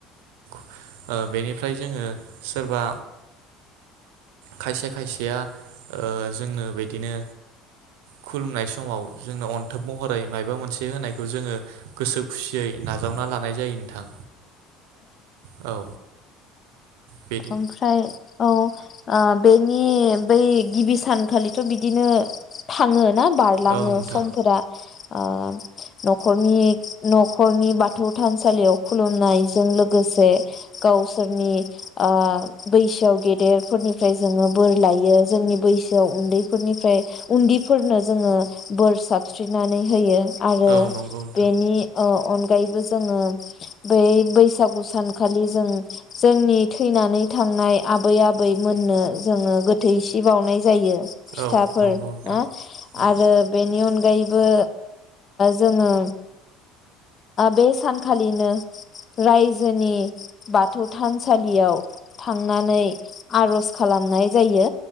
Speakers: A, on the right; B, on the left.
A: ओ बेनिफ्राय जोङो सोरबा खायसे खायसेया ओ जोंनो बिदिनो खुलुमनाय समाव जोंनो अनथोब महरै मायबा मोनसे होनायखौ जोङो गोसो खुसियै नाजावना लानाय जायो नोंथां। औ बिदि
B: ओमफ्राय औ ओ बेनि बै गिबि सानखालिथ बिदिनो थाङो। ना बारलाङो
A: औ नोंथां
B: समफोरा उम नखरनि नखरनि बाथौ थानसालियाव खुलुमनायजों लोगोसे गावसोरनि आ बैसोआव गेदेरफोरनिफ्राय जोङो बोर लायो‌ जोंनि बैसोआव उन्दैनिफ्राय उन्दैफोरनो बोर साबस्रिनानै होयो। आरो
A: औ नंगौ नोंथां
B: बेनि ओ अनगायैबो जोङो बै बैसागु सानखालि जों जोंनि थैनानै थांनाय आबै आबै मोननो जोङो गोथै सि बावनाय जायो फिथाफोर
A: औ नंगौ नोंथां
B: ना
A: औ
B: आरो बेनि अन अनगायैबो जोङो बे सानखालिनो रायजोनि बाथौ थानसा सालियाव थांनानै आर'ज खालामनाय जायो।